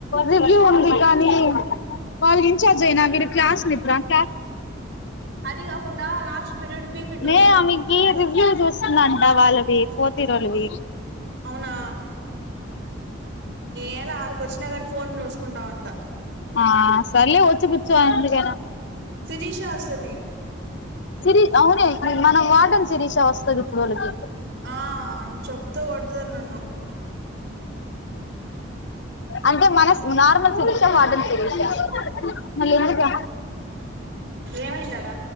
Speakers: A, on the left; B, on the right.
A: రివ్యు ఉంది కానీ వాళ్ళ ఇన్ఛార్జ్ అయినా వీరు క్లాస్ నిదరా క్లాస్
B: అదికాకుండా లాస్ట్ విరడు పి పి టు
A: మే ఆమెకి రివ్యూ చూస్తున్నాంట వాళ్ళవి ఫోర్త్ ఇయర్ ఒల్లావి
B: అవునా ఏలా ఆడికి వచ్చినా కాని ఫోన్ చూసుకుంటాంంట
A: ఆ సర్లే వచ్చి కూర్చో ఎందుకైనా
B: సిరీష వస్తది
A: సిిరీ అవునే మనం వాటని శిరీష వస్తుంది పడులకి
B: ఆ చెప్తో కొడతారు నన్ను
A: అంటే మన నార్మల్ సిరీష వాటల్ సిరీక్ష మ ఎందుకు
B: ఏమైందాడా